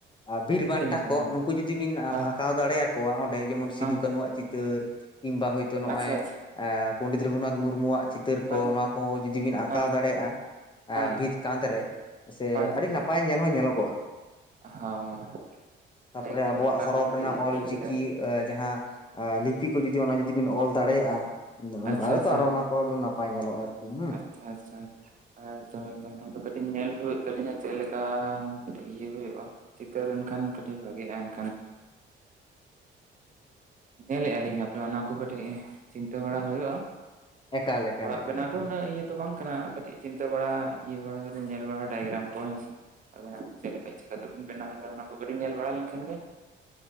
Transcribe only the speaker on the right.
ᱪᱮᱫ ᱞᱮᱠᱟ
ᱦᱳᱭ
ᱦᱳᱭ
ᱦᱚᱸ
ᱟᱪᱪᱷᱟ ᱟᱪᱪᱷᱟ
ᱦᱳᱭ
ᱦᱳᱭ
ᱦᱳᱭ ᱦᱳᱭ
ᱦᱳᱭ
ᱦᱳᱭ
ᱦᱳᱭ
ᱮᱠᱫᱚᱢ
ᱱᱟᱯᱟᱭ
ᱚᱱᱟ ᱢᱤᱫᱴᱤᱡ
ᱞᱟᱹᱭ
ᱠᱮᱫᱟ
ᱟᱪᱪᱷᱟ
ᱟᱪᱪᱷᱟ
ᱟᱪᱪᱷᱟ ᱟᱪᱪ ᱮᱠᱫᱚᱢ ᱮᱠᱫᱚᱢ ᱟᱫᱚ ᱠᱟᱹᱴᱤᱡ ᱧᱮᱞ ᱦᱩᱭᱩᱜ ᱛᱟᱞᱤᱧᱟ ᱪᱮᱫ ᱞᱮᱠᱟ ᱠᱟᱹᱴᱤᱡ ᱤᱭᱟᱹ ᱦᱩᱭᱩᱜ-ᱟ᱾ ᱪᱤᱛᱟᱹᱨ ᱮᱱᱠᱷᱟᱱ ᱠᱟᱹᱴᱤᱡ ᱵᱷᱟᱹᱜᱤᱜ-ᱟ᱾ ᱮᱱᱠᱷᱟᱱ ᱧᱮᱞ-ᱮᱜ ᱟᱞᱤᱧ ᱦᱟᱯᱮ ᱚᱱᱟ ᱠᱚ ᱠᱟᱹᱴᱤᱡ ᱪᱤᱱᱛᱟᱹ ᱵᱟᱲᱟ ᱦᱩᱭᱩᱜ-ᱟ᱾
ᱚᱲᱟᱜ
ᱵᱮᱱᱟᱣ
ᱫᱚ ᱩᱱᱟᱹᱜ ᱤᱭᱟᱹ ᱛᱚ ᱵᱟᱝ ᱠᱟᱱᱟ ᱠᱟᱹᱴᱤᱡ ᱪᱤᱱᱛᱟᱹ ᱵᱟᱲᱟ ᱤᱭᱟᱹ ᱵᱟᱲᱟ ᱠᱟᱹᱴᱤᱡ ᱧᱮᱞ ᱵᱟᱲᱟ ᱰᱟᱭᱜᱨᱟᱢ ᱠᱚ ᱦᱮᱸ ᱥᱮ ᱟᱵᱮᱱᱟᱜ ᱪᱮᱫ ᱞᱮᱠᱟ ᱪᱮᱠᱟᱛᱮᱵᱤᱱ ᱵᱮᱱᱟᱣ ᱮᱫᱟ ᱚᱱᱟ ᱠᱚ ᱠᱟᱹᱴᱤᱜ ᱧᱮᱞ ᱵᱟᱲᱟ ᱞᱮᱱᱠᱷᱟᱱ ᱜᱮ